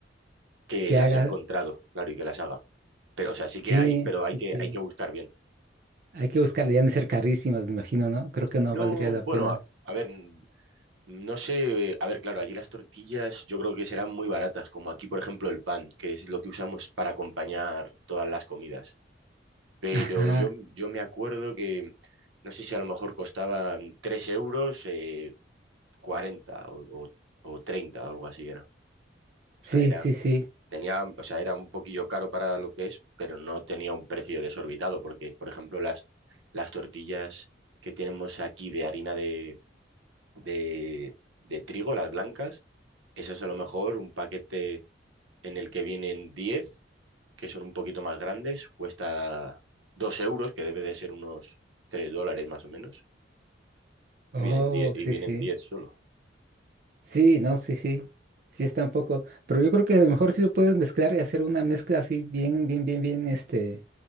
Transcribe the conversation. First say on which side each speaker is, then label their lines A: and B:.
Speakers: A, on the right; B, on the right.
A: que
B: Que
A: las
B: haga...
A: he encontrado, claro, y que las haga. Pero, o sea, sí que
B: Sí,
A: hay, pero
B: sí,
A: hay que,
B: sí.
A: hay que buscar bien.
B: Hay que buscarle. Ya han de ser carísimas, me imagino, ¿no? Creo que no
A: No,
B: valdría la
A: bueno,
B: pena.
A: a, a ver, no sé, a ver, claro, allí las tortillas yo creo que serán muy baratas, como aquí, por ejemplo, el pan, que es lo que usamos para acompañar todas las comidas. Pero
B: Ajá.
A: yo, yo me acuerdo que, no sé si a lo mejor costaban 3 euros, eh, 40 o, o, o 30 o algo así era.
B: Sí,
A: O sea, era,
B: sí, sí.
A: tenía, o sea, era un poquillo caro para lo que es, pero no tenía un precio desorbitado, porque, por ejemplo, las, las tortillas que tenemos aquí de harina de de, de trigo, las blancas. Esas a lo mejor un paquete en el que vienen 10 que son un poquito más grandes, cuesta 2 euros, que debe de ser unos 3 dólares más o menos,
B: Oh,
A: y vienen diez y
B: sí,
A: vienen
B: sí.
A: 10 solo.
B: Sí, no, sí, sí. Sí está un poco. Pero yo creo que a lo mejor sí lo puedes mezclar y hacer una mezcla así bien, bien, bien, bien, este,